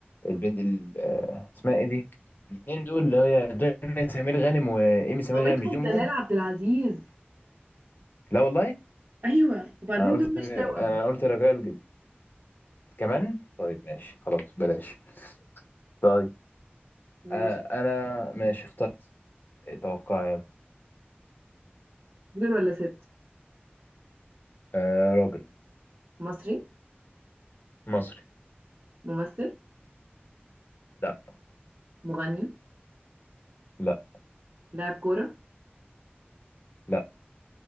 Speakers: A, on the left; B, on the right.
A: البنت ال... آه، اسمها ايه دي الاثنين دول اللي هي دنيا سمير غانم وايمي سمير
B: مامتهم
A: غانم مش دي امهم
B: دلال عبد العزيز
A: لا والله
B: ايوه وبعدين
A: انا قلت
B: دول مش توأم
A: انا قلت رجاء الج... كمان طيب ماشي خلاص بلاش طيب
B: ماشي
A: آه، انا ماشي اخترت توقع يلا
B: راجل ولا ست
A: آه، راجل
B: مصري
A: مصري
B: ممثل
A: لا
B: مغني
A: لا
B: لاعب كورة
A: لا